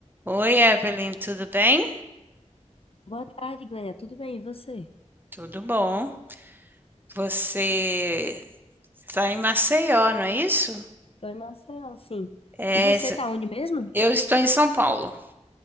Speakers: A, on the right; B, on the left.
A: Oi, Evelyn, tudo bem?
B: Boa tarde, Glênia. Tudo bem? E você?
A: Tudo bom. Você está em Maceió, não é isso?
B: Tô em Maceió, sim.
A: É,
B: E você
A: se-
B: tá onde mesmo?
A: eu estou em São Paulo.